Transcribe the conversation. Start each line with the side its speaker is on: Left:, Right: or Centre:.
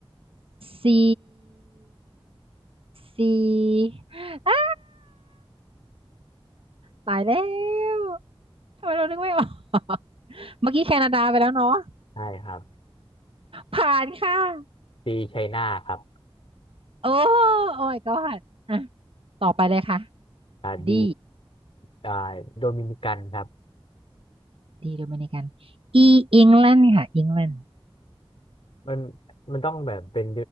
Right: ซีซีอ้าตายแล้วทำไมเรานึกไม่ออก <laughs> เมื่อกี้แคนาดาไปแล้วเนาะ
Left: ใช่ครับ
Right: ผ่านค่ะ
Left: ซีไชน่าครับ
Right: โอ้โอ้ยก็ผ่านอ่ะต่อไปเลยค่ะ
Left: อ่าดี
Right: ดี
Left: อ่าโดมินิกันครับ
Right: ดีโดมินิกันอีอิงแลนด์ค่ะอิงแลนด์
Left: มันมันต้องแบบเป็น